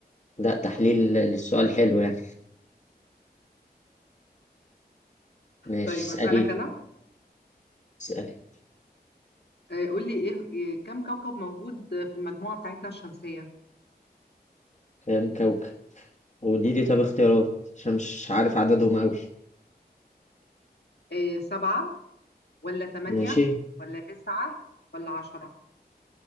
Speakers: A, on the left; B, on the left.
A: لا تحليل للسؤال حلو يعني ماشي
B: طيب
A: اسألي
B: اسالك انا
A: اسألي
B: آه، قول لي ايه إيه كم كوكب موجود في المجموعه بتاعتنا الشمسيه
A: كام كوكب ودي دي طب اختيارات عشان مش عارف عددهم أوي
B: إيه سبعه ولا ثمانيه
A: ماشي
B: ولا تسعه ولا عشرة